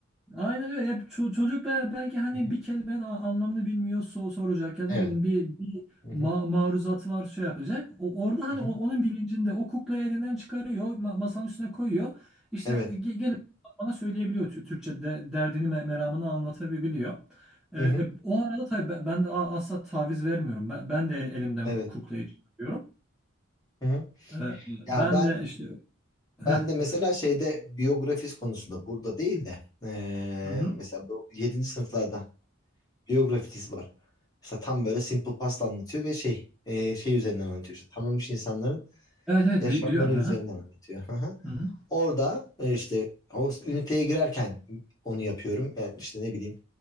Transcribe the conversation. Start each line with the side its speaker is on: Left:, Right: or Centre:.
Centre: Aynen öyle. Ya ço- çocuk be- belki hani
Left: Hı hı.
Centre: bir kelimenin a- anlamını bilmiyor so- soracak ya
Left: Evet.
Centre: ne bileyim bir, bir
Left: Hı hı.
Centre: ma maruzatı var şey yapacak. O orada hani
Left: Hı hı.
Centre: o- onun bilincinde o kuklayı elinden çıkarıyor, ma- masanın üstüne koyuyor. İşte
Left: Evet.
Centre: ge- gelip bana söyleyebiliyor Tü- Türkçe de- derdini me- meramını anlatabiliyor. Ee,
Left: Hı
Centre: e,
Left: hı.
Centre: o arada tabii ben, ben de a- asla taviz vermiyorum. Ben, ben de elimden
Left: Evet.
Centre: ku- kuklayı çıkarıyorum.
Left: Hı hı.
Centre: Ee,
Left: Ya
Centre: ben
Left: ben
Centre: de işte
Left: ben
Centre: heh.
Left: de mesela şeyde biyografis konusunda burada değil de eee,
Centre: Hı hı.
Left: mesela bu yedinci sınıflarda biyografis var. Mesela tam böyle Simple Past anlatıyor ve şey eee, şey üzerinden anlatıyor. İşte tanınmış insanların
Centre: Evet evet
Left: yaşamları
Centre: bi- biliyorum.
Left: üzerinden
Centre: Hı
Left: anlatıyor. Hı hı.
Centre: hı.
Left: Orada e, işte o üniteye girerken onu yapıyorum. Yani işte ne bileyim